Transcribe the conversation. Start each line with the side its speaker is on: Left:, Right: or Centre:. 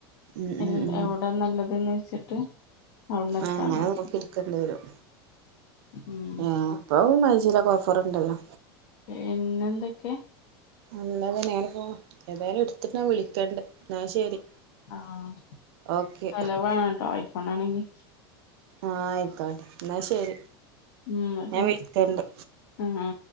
Right: ഉം ഉം
Left: എൽ
Right: ഉം
Left: എവിടെ നല്ലതെന്ന് വെച്ചിട്ട് അവിടുന്ന് എടുത്താ
Right: ആം അത്
Left: മതി
Right: നോക്കി എടുക്കണ്ടെ വരും
Left: ഉം
Right: ആ ഇപ്പൊ മൈജിയിലൊക്കെ ഓഫറുണ്ടല്ലോ
Left: പിന്നെ എന്തൊക്കെ
Right: അല്ലതെ നേരെ പോണം ഏതായാലും എടുത്തിട്ടൻ വിളിക്കണ്ട എന്നാ ശരി
Left: ആഹ്
Right: ഓക്കെ
Left: ചേളവനുട്ടോ ഐഫോൺ ആണെങ്കി
Right: ആഹ് ആയിക്കോട്ടെ എന്നാ ശരി
Left: ഉം ന്നാ
Right: ഞാൻ
Left: ശരി
Right: വിളിക്കണ്ട്
Left: ആഹ്